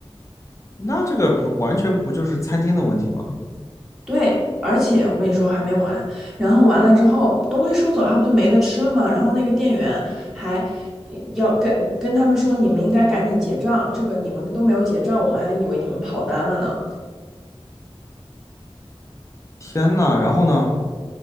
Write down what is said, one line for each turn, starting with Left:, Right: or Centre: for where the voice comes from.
Left: 那这个不完全不就是餐厅的问题吗？
Centre: 对，而且我跟你说还没完，然后完了之后东西收走了，他不就没得吃了吗？然后那个店员还嗯要跟跟他们说，你们应该赶紧结账，这个你们都没有结账，我们还以为你们跑单了呢。
Left: 天呐，然后呢？